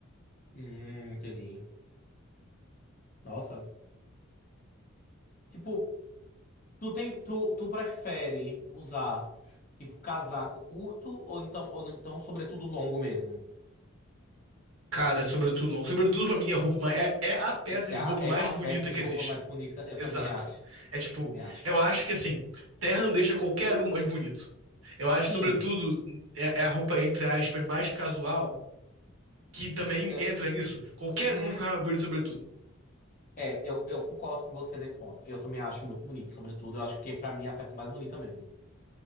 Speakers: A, on the left (about 40°); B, on the right (about 70°).
A: Hum, entendi. Nossa. Tipo, tu tem, tu, tu prefere usar, tipo, casaco curto ou então, ou então sobretudo longo mesmo?
B: Cara, é sobretudo longo. Sobretudo pra mim é a roupa, ma- é, é a peça
A: É,
B: de
A: é a,
B: roupa
A: é
B: mais
A: a
B: bonita
A: peça de
B: que
A: roupa
B: existe.
A: mais bonita, eu
B: Exato.
A: também acho.
B: É tipo,
A: Também acho.
B: eu acho que assim, terra não deixa qualquer um mais bonito. Eu acho,
A: Sim.
B: sobretudo, é, é a roupa, entre aspas, mais casual, que também
A: Eu,
B: entra nisso. Qualquer
A: uhum.
B: um fica mais bonito, sobretudo.
A: É, eu, eu concordo com você nesse ponto. Eu também acho muito bonito, sobretudo. Eu acho que pra mim é a peça mais bonita mesmo.